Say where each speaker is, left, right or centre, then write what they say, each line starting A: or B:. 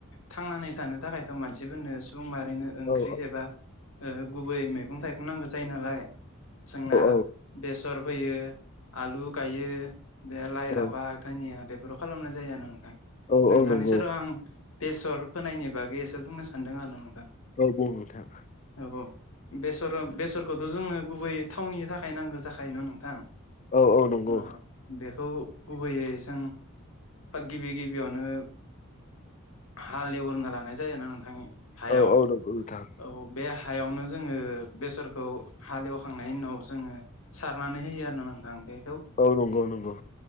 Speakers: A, on the left; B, on the left.
A: थांनानै थानो थाखायथ' मानसिफोरनो‌ उम मारैनो ओंख्रि
B: औ
A: एबा गुबै मैगं थाइगं नांगौ जायो नालाय। जोंना
B: औ
A: बेसर फोयो आलु गायो बे लाइ
B: औ
A: लाफा। दानिया बेफोराव खालामनाय जायो आरो नोंथां
B: औ
A: नोंथांनि
B: औ नंगौ
A: सेराव आं। बेसर फोनायनि बागै एसो बुंनो सानदों आरो ना नोंथां
B: औ बुं नोंथाङा‌।
A: औ बेसर बेसरखौथ' जोंनो गुबै थावनि थाखाय नांगौ जाखायो न' नोंथां।
B: औ औ नंगौ
A: अ। बेखौ गुबैयै जों गिबि गिबियावनो। हाल एवग्रोना लानाय जायोना नोंथांनि हायाव
B: औ औ नंगौ नोंथां
A: औ बे। हायावनो जोङो बेसरखौ हालेवखांनायनि जोङो। सारनानै होयो आरो ना नोंथां बेखौ।
B: औ नंगौ नंगौ।